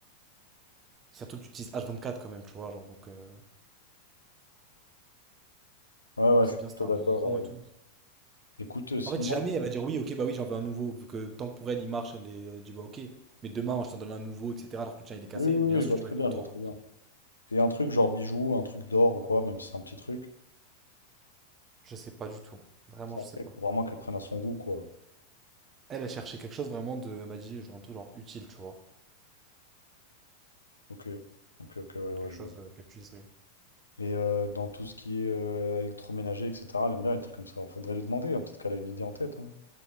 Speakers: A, on the right; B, on the left.
A: C'est un truc que tu utilises H24 quand même, tu vois, genre, donc euh,
B: Ouais, ouais,
A: donc
B: je
A: c'est
B: suis
A: bien,
B: plutôt
A: c'était un
B: d'accord.
A: bon écran
B: euh.
A: et tout.
B: Écoute, euh, sinon.
A: En fait, jamais elle va dire, oui, ok, bah oui, j'en veux un nouveau, vu que tant que pour elle, il marche, elle, est, elle dit, bah ok, mais demain, je t'en donne un nouveau, etc., alors que le tien, il est cassé,
B: Oui, oui,
A: bien
B: oui, je
A: sûr
B: vois
A: que
B: très
A: tu vas être
B: bien,
A: content.
B: je vois très bien. Et un truc genre bijoux, un truc d'or ou quoi, même si c'est un petit truc.
A: Je sais pas du tout. Vraiment,
B: Ça,
A: je
B: après,
A: sais pas.
B: faut vraiment qu'elle prenne à son goût, quoi.
A: Elle a cherché quelque chose vraiment de. Elle m'a dit, genre, un truc genre utile, tu vois.
B: Ok. Ok, ok, ouais, ouais,
A: Quelque
B: je
A: chose
B: vois.
A: euh, qu'elle puisse. ré-
B: Et euh, dans tout ce qui est euh, électroménager, etc., elle aime bien les trucs comme ça. Faudrait lui demander, hein, peut-être qu'elle a une idée en tête. hein.